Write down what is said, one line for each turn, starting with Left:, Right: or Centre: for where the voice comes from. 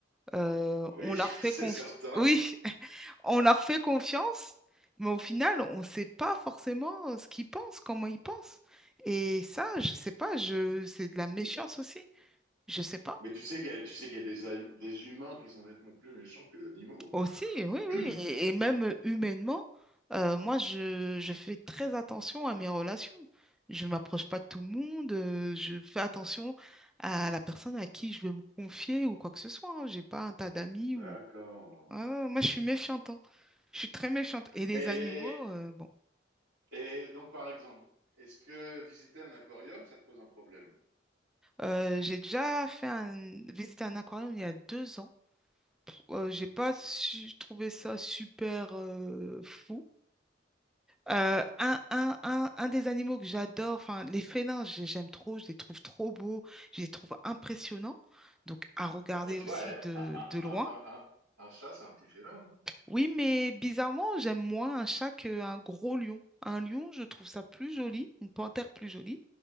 Centre: Euh,
Right: Oui,
Centre: on leur
Right: <laughs>
Centre: fait
Right: c'est
Centre: confi-
Right: certain.
Centre: oui, <laughs> on leur fait confiance, mais au final, on ne sait pas forcément euh, ce qu'ils pensent, comment ils pensent. Et ça, je sais pas, je c'est de la méfiance aussi. Je sais pas.
Right: Mais tu sais qu'il y a, tu sais qu'il y a des, a- des humains qui sont nettement plus méchants que les animaux.
Centre: Aussi, oui, oui.
Right: <clears throat>
Centre: Et, et même euh, humainement, euh, moi, je, je fais très attention à mes relations. Je m'approche pas de tout le monde, euh, je fais attention à la personne à qui je veux me confier ou quoi que ce soit. hein. J'ai pas un tas d'amis
Right: D'accord.
Centre: ou... Ah, moi, je suis méfiante. hein. Je suis très méchante. Et les
Right: Et,
Centre: animaux, euh, bon.
Right: et- et donc, par exemple, est-ce que visiter un aquarium, ça te pose un problème?
Centre: Euh, j'ai déjà fait un... visiter un aquarium il y a deux ans. Euh, j'ai pas su- trouvé ça super euh, fou. Euh, un, un, un, un des animaux que j'adore, enfin les félins, j'ai- j'aime trop, je les trouve trop beaux, je les trouve impressionnants, donc à regarder
Right: Ah bah tu
Centre: aussi
Right: vois, eh,
Centre: de,
Right: un, un-
Centre: de loin.
Right: un- un- un- un chat, c'est un petit félin. hein.
Centre: Oui, mais bizarrement, j'aime moins un chat qu'un gros lion. Un lion, je trouve ça plus joli, une panthère plus jolie,